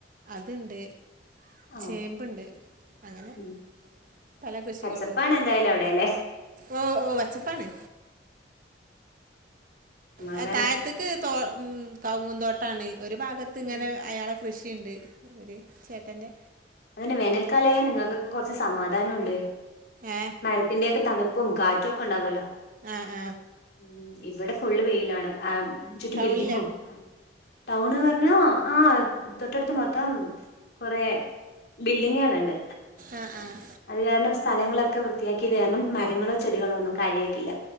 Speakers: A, on the right; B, on the left.
A: അത് ണ്ട്
B: ഓ
A: ചേമ്പ്ണ്ട് അങ്ങനെ
B: ഉം
A: പല കൃഷികളുണ്ട്
B: പച്ചപ്പാണ് എന്തായാലും അവിടെല്ലെ
A: ഓ ഓ അച്ചപ്പാണ്
B: സമാധാനം
A: ആഹ താഴത് പ്പം ഉം കവങ്ങുന്തോട്ടാണ് ഒരു ഭാഗത്ത് ഇങ്ങനെ
B: ഉം
A: അയാളെ കൃഷിണ്ട് ഒര് ചേട്ടൻ്റെ
B: അതന്നെ വേനൽക്കാലായ നിങ്ങക്കൊക്കെ കൊറച്ച് സമാധാനം ഉണ്ട്
A: ഏ
B: മരത്തിന്റെ ഒക്കെ തണുപ്പും കാറ്റും ഒക്കെ ഇണ്ടാവല്ലോ
A: ആഹ് ആഹ്
B: ഉം ഇവടെ ഫുള്ള് വെയിലാണ് ആഹ് ചുറ്റും
A: ടൗണിലാ
B: ബിൽഡിംഗും ടൗണ്ന്ന് പറഞ്ഞ ആഹ് തൊട്ടടുത്ത് മൊത്തം കൊറേ ബില്ലിങ്ങള് ഇണ്ട്
A: ആഹ് ആഹ്
B: അത് കാരണം സ്ഥലങ്ങളൊക്കെ വൃത്തിയാക്കിയത് കാരണം മരങ്ങളോ ചെടികളോ ഒന്നും കാര്യയിട്ടില്ല